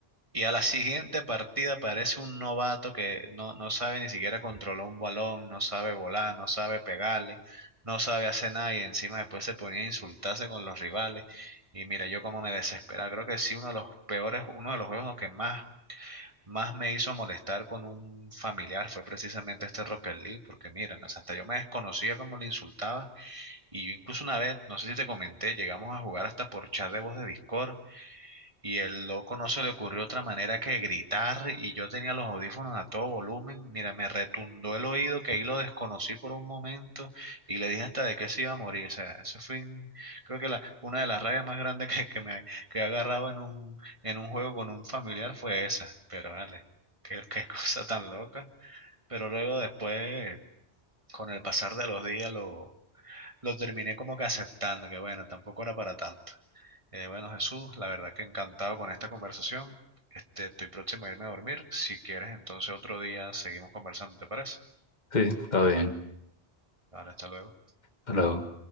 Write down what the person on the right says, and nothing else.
y a la siguiente partida parece un novato que no, no sabe ni siquiera controlar un balón, no sabe volar, no sabe pegarle, no sabe hacer nada y encima después se ponía a insultarse con los rivales. Y mira, yo como me desesperaba. Creo que sí, uno de los peores, uno de los juegos que más, más me hizo molestar con un familiar fue precisamente este Rocket League, porque mira, no sé, hasta yo me desconocía cómo le insultaba. Y yo incluso una vez, no sé si te comenté, llegamos a jugar hasta por chat de voz de Discord y el loco no se le ocurrió otra manera que gritar y yo tenía los audífonos a todo volumen. Mira, me retundó el oído que ahí lo desconocí por un momento y le dije hasta de qué se iba a morir. O sea, eso fue, un- creo que la, una de las rayas más grandes que, que me que he agarrado en un, en un juego con un familiar fue esa. Pero vale, qué, qué <laughs> cosa tan loca. Pero luego después, con el pasar de los días, lo, lo terminé como que aceptando, que bueno, tampoco era para tanto. Eh, bueno, Jesús, la verdad que encantado con esta conversación. Este, estoy próximo a irme a dormir. Si quieres, entonces otro día seguimos conversando, ¿te parece?
vale hasta luego.